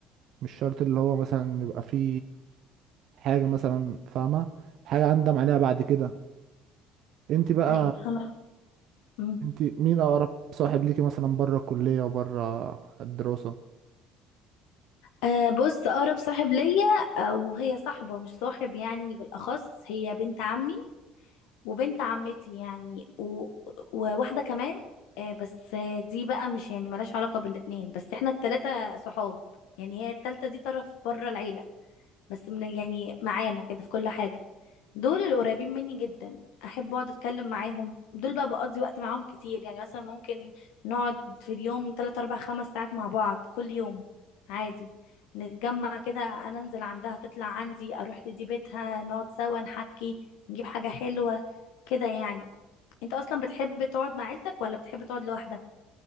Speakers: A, on the right; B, on the left.
A: مش شرط اللي هو مثلا يبقى في حاجة مثلا فاهمة حاجة اندم عليها بعد كده انت بقى
B: ايوه فاهمة مم.
A: انت مين اقرب صاحب ليكي مثلا بره الكلية وبره الدراسة
B: أه بص أقرب صاحب ليا أو هي صاحبة مش صاحب يعني بالأخص هي بنت عمي وبنت عمتي يعني و... وواحدة كمان أه بس آه، دي بقى مش يعني ملهاش علاقة بالاتنين بس احنا التلاتة صحاب يعني هي التالتة دي طرف بره العيلة بس من يعني معانا كده في كل حاجة دول القريبين مني جدا احب اقعد اتكلم معاهم دول بقى بقضي وقت معاهم كتير يعني مثلا ممكن نقعد في اليوم 3 4 5 ساعات مع بعض كل يوم عادي نتجمع كده انا انزل عندها تطلع عندي اروح لدي بيتها نقعد سوا نحكي نجيب حاجة حلوة كده يعني انت اصلا بتحب تقعد مع عيلتك ولا بتحب تقعد لوحدك